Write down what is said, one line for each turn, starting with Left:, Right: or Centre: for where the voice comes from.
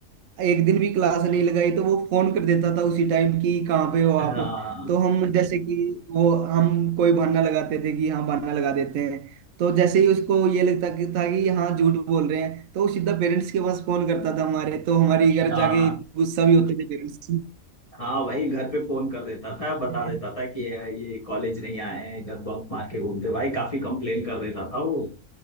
Right: एक दिन भी क्लास नहीं लगाई तो वो फोन कर देता था उसी टाइम कि कहाँ पे हो
Left: हाँ
Right: आप तो हम जैसे कि वो हम कोई बहाना लगाते थे कि हाँ बहाना लगा देते हैं तो जैसे ही उसको ये लगता कि था कि हाँ झूठ बोल रहे हैं तो वो सीधा पेरेंट्स के पास फोन करता था हमारे तो हमारे घर
Left: हाँ
Right: जाके गुस्सा भी होते थे पेरेंट्स
Left: हाँ भाई घर पे फोन कर देता था बता
Right: <laughs>
Left: देता था कि ये ये कॉलेज नहीं आए हैं इधर बंक मार के घूमते भाई काफी कंप्लेन कर देता था वो